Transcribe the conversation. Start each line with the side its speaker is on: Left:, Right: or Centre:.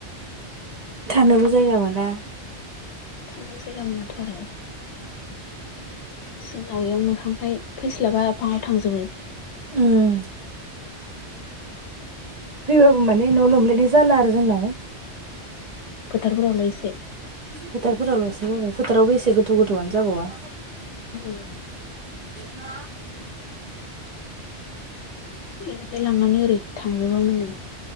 Right: थानोबो जायगा मोना
Left: थानोबा जायगा मोनाथ' आरो
Right: <inaudible>
Left: जोंनाव याव मोखांखाय फैस्लाबा आफाङाव थांजोबो
Right: उम फैबाबो माने न' लोमलायनाय जाला आरो जोंनाव
Left: फोथारफोरावनो इसे
Right: फोथारफोरावल'सो जाबाय फोथारावबो एसे गोथौ गोथौआनो जाबावा
Left: उम
Right: मा
Left: बेनिफ्राय लांनानै ओरै थांङोमोन माने